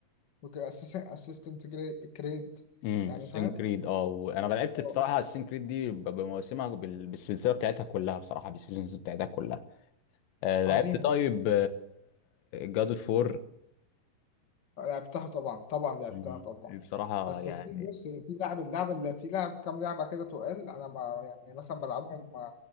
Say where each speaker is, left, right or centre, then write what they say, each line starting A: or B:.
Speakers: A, on the left; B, on the left.
A: وأسيستنت كريد
B: امم
A: يعني
B: السين
A: فاهم
B: كريد اه وانا لعبت
A: آه،
B: بصراحه السين كريد دي ب- بمواسمها بال- بالسلسله بتاعتها كلها بصراحه بالسيزونز بتاعتها كلها آه،
A: عظيمة
B: لعبت طيب جاد اوف 4
A: لعبتها طبعا طبعا لعبتها
B: مم.
A: طبعا
B: بصراحة
A: بس
B: يعني
A: في بص في لعب اللعب اللي في لعب كام لعبة كده تقال أنا ما يعني مثلا بلعبهم